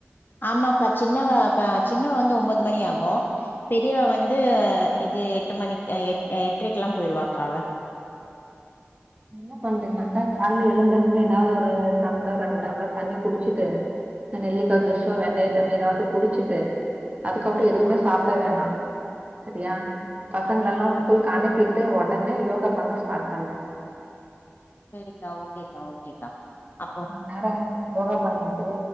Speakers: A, on the left; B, on the right.
A: ஆமாக்கா சின்னவன் சின்னவன் வந்து ஒன்பது மணி ஆகும் பெரியவ வந்து இது எட்டு மணிக்கு எ எட்டரைக்கெலாம் போயிடுவாக்கா அவ
B: ம் என்ன பண்றீனாக்கா கால்ல எழுந்ததுமே ஏதாவது ஒரு டம்ளர் ரெண்டு டம்ளர் தண்ணி குடிச்சிட்டு நா நெல்லிக்கா ஜூசோ வெந்தய தண்ணி ஏதாது குடிச்சிட்டு அதுக்கப்றோ
A: சரிக்கா
B: எதுவுமே சாப்ட வேணா செரியா பசங்களல்லா
A: ஓகேக்கா
B: ஸ்கூலக்கு அனுப்பி ட்டு ஒடனே யோகா பண்ண ஸ்டார்ட் பண்ணு
A: சேரிக்கா ஓகேக்கா ஓகேக்கா பாப்போ
B: நேற யோகா பண்ணிட்டு